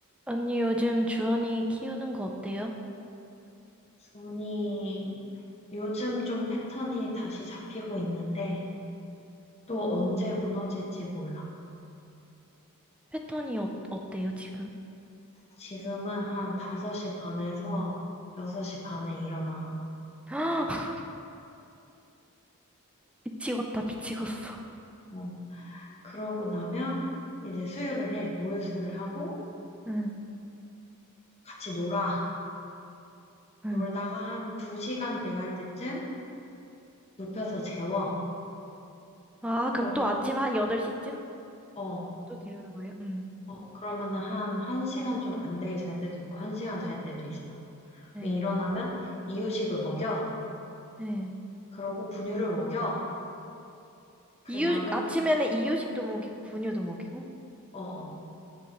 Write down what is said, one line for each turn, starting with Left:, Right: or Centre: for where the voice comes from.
Centre: 언니 요즘 주원이 키우는 거 어때요?
Left: 준이 요즘 좀 패턴이 다시 잡히고 있는데 또
Centre: 오,
Left: 언제 무너질지 몰라.
Centre: 패턴이 어, 어때요 지금?
Left: 지금은 한 5시 반에서 6시 반에 일어나.
Centre: <laughs> 미치겠다 미치겠어.
Left: 어, 그러고 나면 이제 수유를 해. 모유 수유를 하고
Centre: 응,
Left: 같이 놀아.
Centre: 응.
Left: 놀다가 한 2시간 돼갈 때쯤 눕혀서 재워.
Centre: 아
Left: 그럼
Centre: 그럼 또 아침 한 8시쯤?
Left: 어,
Centre: 또 재우는 거예요? 응.
Left: 어, 그러면은 한 1시간 좀 안 되게 잘 때도 있고 1시간 잘 때도 있어.
Centre: 네.
Left: 그럼 일어나면 이유식을 먹여.
Centre: 네.
Left: 그러고 분유를 먹여. 그
Centre: 이유
Left: 다음에,
Centre: 아침에는 이유식도 먹이고 분유도 먹이고?
Left: 어어.